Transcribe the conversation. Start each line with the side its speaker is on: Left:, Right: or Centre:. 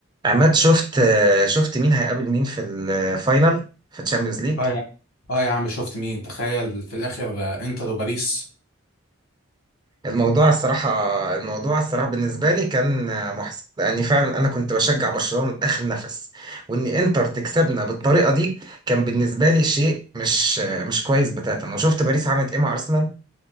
Right: عماد شفت شفت مين هيقابل مين في الفاينل في تشامبيونز ليج
Left: اه يا اه يا عم شفت مين تخيل في الاخر آه، انتر وباريس
Right: الموضوع الصراحة الموضوع الصراحة بالنسبة لي كان محزن لأني فعلا أنا كنت بشجع برشلونة لآخر نفس وإن إنتر تكسبنا بالطريقة دي كان بالنسبة لي شيء مش مش كويس بتاتا أنا شفت باريس عملت إيه مع أرسنال